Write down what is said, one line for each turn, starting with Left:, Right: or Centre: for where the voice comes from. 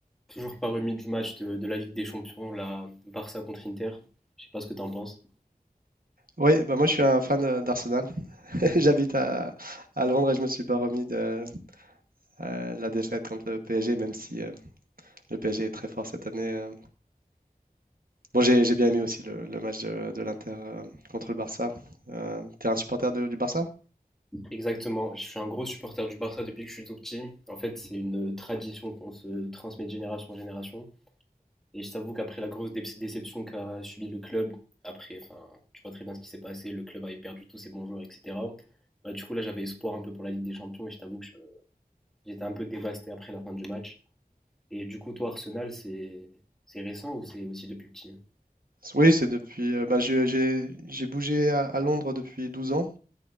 Centre: Toujours pas remis du match de, de la Ligue des Champions, la Barça contre Inter. Je sais pas ce que t'en penses.
Right: Oui, bah moi je suis un fan euh, d'Arsenal. <laughs> J'habite à, à Londres et je me suis pas remis de euh, la défaite contre le PSG, même si euh, le PSG est très fort cette année. euh. Bon, j'ai j'ai bien aimé aussi le, le match de, de l'Inter euh, contre le Barça. Euh, t'es un supporter de- du Barça?
Centre: Exactement, je suis un gros supporter du Barça depuis que je suis tout petit. En fait, c'est une tradition qu'on se transmet de génération en génération. Et je t'avoue qu'après la grosse dé- déception qu'a subi le club, après, enfin, tu vois très bien ce qui s'est passé, le club avait perdu tous ses bons joueurs, etc. Bah, du coup, là, j'avais espoir un peu pour la Ligue des Champions et je t'avoue que je- j'étais un peu dévasté après la fin du match. Et du coup, toi, Arsenal, c'est c'est récent ou c'est aussi depuis petit?
Right: Oui, c'est depuis. euh, bah, je- j'ai j'ai bougé à, à Londres depuis 12 ans.